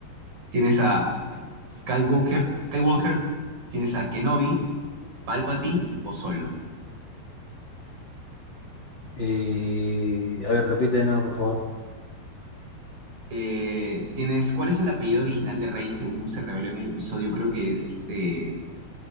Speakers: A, on the right (about 55°); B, on the left (about 30°).
A: Tienes a Skywalker, Skywalker, tienes a Kenobi, Palpatine o Solo.
B: Eh, a ver, repite de nuevo, por favor.
A: Eh, tienes, ¿cuál es el apellido original de Rey según se reveló en el episodio? Creo que es este